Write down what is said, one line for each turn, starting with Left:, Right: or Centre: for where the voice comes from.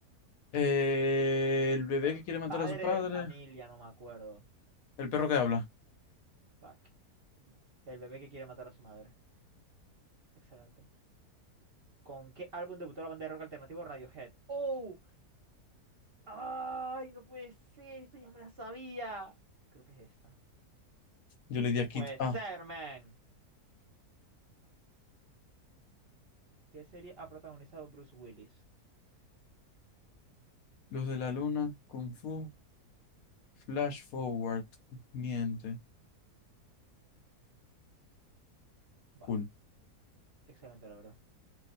Left: Eh, el bebé
Right: En
Left: que quiere matar
Right: Padre
Left: a su padre.
Right: de Familia, no me acuerdo.
Left: El perro que habla.
Right: Fuck. El bebé que quiere matar a su madre. Excelente. ¿Con qué álbum debutó la banda de rock alternativo Radiohead? ¡Oh! ¡Ay, no puede ser! Esto ya me la sabía. Creo que es esta.
Left: Yo le di
Right: No
Left: a
Right: puede
Left: Kit
Right: ser,
Left: A.
Right: man. ¿Qué serie ha protagonizado Bruce Willis?
Left: Luz de la luna, Kung Fu, Flash Forward. Miente.
Right: Bueno,
Left: Cool.
Right: excelente, la verdad.